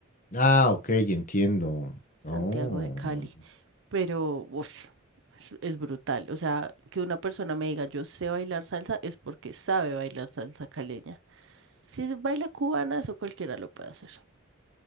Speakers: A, on the left; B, on the right.
A: Ah, ok, entiendo. Oh.
B: Santiago de Cali. pero ush, es, es brutal. O sea, que una persona me diga yo sé bailar salsa es porque sabe bailar salsa caleña. Si es baila cubana, eso cualquiera lo puede hacer.